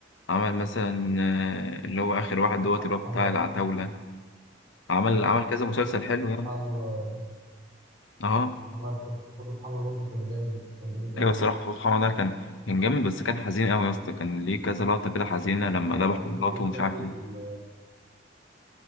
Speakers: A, on the left (about 85°); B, on the right (about 20°).
A: عمل مثلا آه، اللي هو اخر واحد دوت
B: خطوط
A: اللي هو بتاع
B: حمراء
A: العتاوله عمل
B: آه،
A: عمل كذا
B: خطوط
A: مسلسل
B: خطوط
A: حلو يعني
B: حمراء
A: اه
B: عمل خط- خطوط حمراء برضه كان جامد كان جامد أوي
A: ايوه الصراحه سبحان الله كان كان جامد بس كان حزين قوي يا اسطى كان ليه كذا لقطه كده حزينه لما
B: ممكن آه
A: ذبح
B: كان
A: مراته
B: ممكن يخلي
A: ومش عارف
B: ال-
A: مين.